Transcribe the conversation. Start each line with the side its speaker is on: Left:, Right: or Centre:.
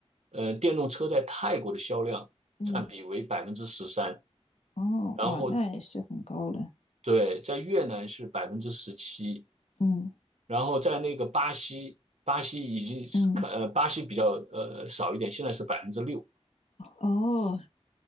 Right: 呃，电动车在泰国的销量占比为百分之十三，
Left: 嗯，哦，
Right: 然后
Left: 哇，那也是很高了。
Right: 对，在越南是百分之十七，
Left: 嗯
Right: 然后在那个巴西，巴西已经是看，
Left: 嗯，
Right: 呃，巴西比较呃少一点，现在是百分之六。
Left: 哦。